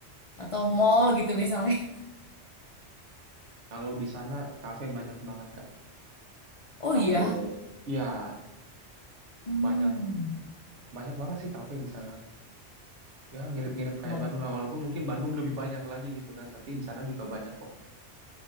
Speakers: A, on the left; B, on the right.
A: atau mall gitu misalnya. <laughs>
B: Kalau di sana kafe banyak banget Kak.
A: Oh
B: Kafe.
A: iya.
B: Ya,
A: Hmm.
B: banyak banyak banget sih kafe di sana. Ya, mirip-mirip kayak
A: Oh,
B: Bandung lah walaupun mungkin Bandung lebih banyak lagi gitu kan, tapi di sana juga banyak kok